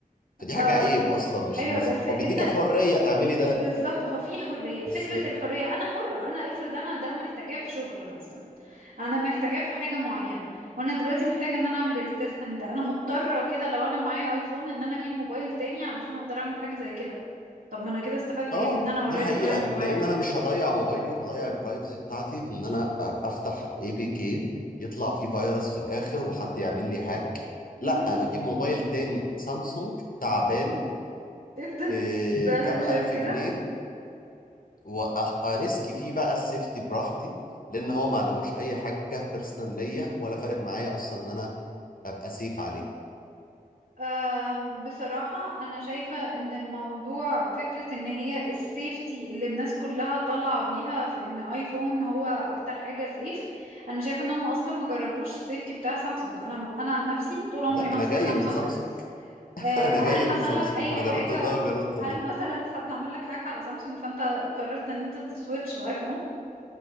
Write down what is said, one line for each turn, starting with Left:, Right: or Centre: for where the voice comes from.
Left: فدي
Right: أم.
Left: حاجه عيب اصلا مش
Right: ايوه
Left: ميزه
Right: بس انت
Left: هو بيديك حريه تعملي ده
Right: بالظبط هو في حرية فكرة
Left: بس
Right: الحرية أنا حرة أنا افرض أنا ده محتاجاه في شغل مثلا أنا محتاجاه في حاجة معينة وأنا دلوقتي محتاجة إن أنا أعمل التستنج ده أنا مضطرة كده لو أنا معايا أيفون إن أنا أجيب موبايل تاني علشان أقدر أعمل حاجة زي كده طب ما أنا كده استفدت
Left: اه
Right: إيه بإن أنا أوريدي
Left: دي حقيقة
Right: معايا موبايل
Left: لأن أنا مش هضيع موبايلي وهضيع البرايفسي بتاعتي بإن أنا أ- أفتح اي بي كي يطلع فيه فيروس في الآخر وحد يعمل لي هاك
Right: مهم.
Left: لا أنا أجيب موبايل تاني سامسونج تعبان
Right: أنت
Left: بكام
Right: فعلا شايف
Left: ألف
Right: كده
Left: جنيه وأريسك فيه بقى السيفتي براحتي لأن هو ما عليهوش أي حاجة بيرسونال ليا ولا فارق معايا أصلا إن أنا أبقى سيف عليه
Right: أم، بصراحة أنا شايفة إن الموضوع فكرة إن هي السيفتي اللي الناس كلها طالعة بيها في إن آيفون هو أكتر حاجة سيف أنا شايفة إن هم أصلا ما جربوش السيفتي بتاع سامسونج أنا أنا عن نفسي طول عمري
Left: لا
Right: ماسكة
Left: أنا جاي
Right: سامسونج
Left: من سامسونج <laughs>
Right: أه،
Left: أنا
Right: هل
Left: جاي
Right: حصل
Left: من سامسونج
Right: لك أي
Left: فأنا جربت
Right: حاجة
Left: ده وجربت
Right: هل
Left: ده
Right: مثلا حد عمل لك هاك على سامسونج فأنت قررت إن أنت تسويتش الآيفون